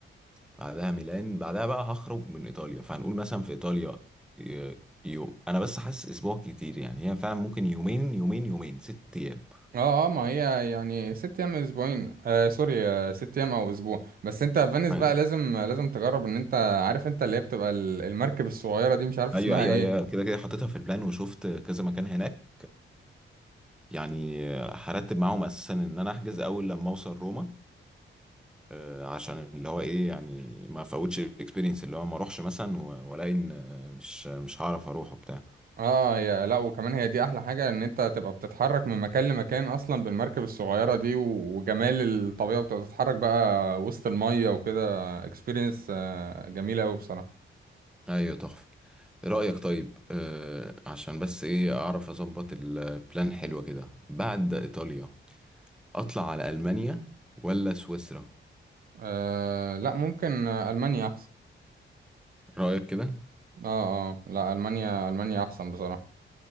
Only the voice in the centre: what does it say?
بعدها ميلان بعدها بقى هخرج من ايطاليا فهنقول مثلا في ايطاليا ي- يوم انا بس حاسس اسبوع كتير يعني هي فعلا ممكن يومين يومين يومين ست ايام
ايوه
ايوه
ايوه
أيوة، كده كده حطيتها في البلان وشفت كذا مكان هناك يعني هرتب معاهم اساسا ان انا احجز اول لما اوصل روما آه، عشان اللي هو ايه يعني ما فوتش الاكسبيرينس اللي هو ما اروحش مثلا و- والاقي ان آه، مش مش هعرف اروح وبتاع
ايوه تحفه إيه رايك طيب آه عشان بس ايه اعرف اظبط البلان حلوه كده بعد ايطاليا اطلع على المانيا ولا سويسرا
رايك كده